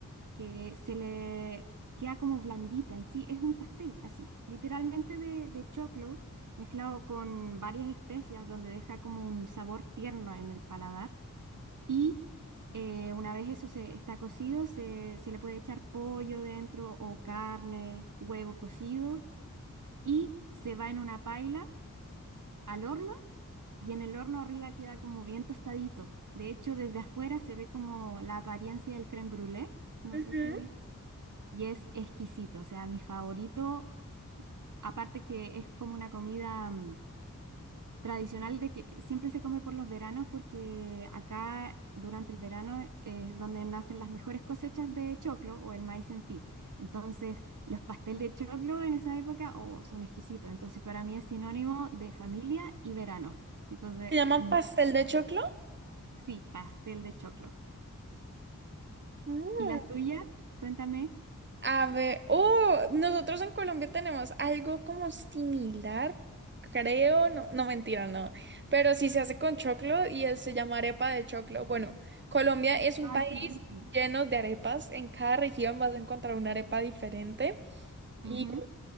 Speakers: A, on the right; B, on the right.
A: que se le queda como blandita en sí, es un pastel así, literalmente de, de choclo mezclado con varias especias donde deja como un sabor tierno en el paladar y eh, una vez eso se está cocido se, se le puede echar pollo dentro o carne, huevo cocido y se va en una paila al horno y en el horno arriba queda como bien tostadito. De hecho, desde afuera se ve como la apariencia del crème brûlée. No
B: Ujú.
A: sé si y es exquisito, o sea, mi favorito, aparte que es como una comida mm, tradicional de que siempre se come por los veranos porque acá durante el verano es donde nacen las mejores cosechas de choclo o el maíz en sí. Entonces, los pastel de choclo en esa época oh, son exquisitos. Entonces, para mí es sinónimo de familia y verano. Entonces,
B: Se llama
A: es mi
B: pastel
A: favorito.
B: de choclo.
A: Sí, pastel de choclo.
B: Mm.
A: ¿Y las tuyas? Cuéntame.
B: A ver, oh, nosotros en Colombia tenemos algo como similar, creo, no, no mentira, no, pero sí se hace con choclo y es- se llama arepa de choclo. Bueno, Colombia es un
A: Ay,
B: país
A: qué rico.
B: lleno de arepas, en cada región vas a encontrar una arepa diferente. Y,
A: Ujú.